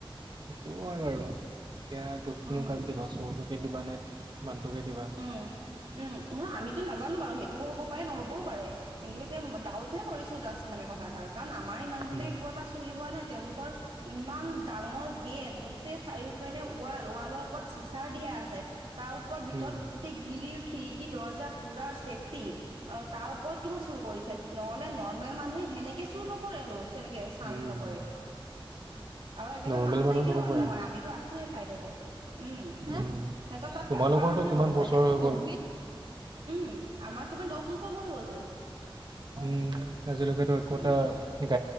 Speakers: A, on the right (about 50°); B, on the right (about 70°).
A: সেইটোও হয় বাৰু এতিয়া দুখনো
B: উম
A: কাক দিবা চোৰটোকে দিবা নে মানুহটোকে দিবা।
B: উম নহয় আমিতো নাজানো বাৰু, সেইটোও হ'ব পাৰে নহ'বও পাৰে। কিন্তু এতিয়া ডাউটহে কৰিছোঁ জাষ্ট মানে কথাষাৰ। কাৰণ আমাৰ ইমান দিনে
A: উম,
B: একো এটা চুৰি হোৱা নাই, তেওঁলোকৰ ইমান ডাঙৰ গেট, গোটেই চাৰিওপিনে ৱাল, ৱালৰ ওপৰত চিচাৰ দিয়া আছে, তাৰ ওপৰত ভিতৰত
A: উম,
B: গোত টেই গিৰিল, খিৰিগি, দৰ্জা পোৰা চেপটি আৰু তাৰ ওপৰত তোমাৰ চুৰ কৰিছে নহ'লে নৰ্মেল মানুহে হেনেকে চুৰ নকৰেতো। তেনেকে চাঞ্চ
A: উম,
B: নকৰে। আৰু একেবাৰে
A: নৰ্মেল
B: মানুহ নাইকিয়া
A: নহবই
B: হয় নহয়, আমিতো আছোঁ। চাইডতে উম,
A: উম,
B: সিহঁতৰ তাত
A: তোমালোকৰতো
B: কাম কৰা মানুহে
A: কিমান
B: হ'ব,
A: বছৰ
B: বেলেগ
A: হৈ
B: কোনো
A: গ'ল
B: নহয়। উম, আমাৰ তোমাৰ দহ বছৰ হৈ গ'লতো।
A: উম, আজিলৈকেতো একো
B: উম
A: এটা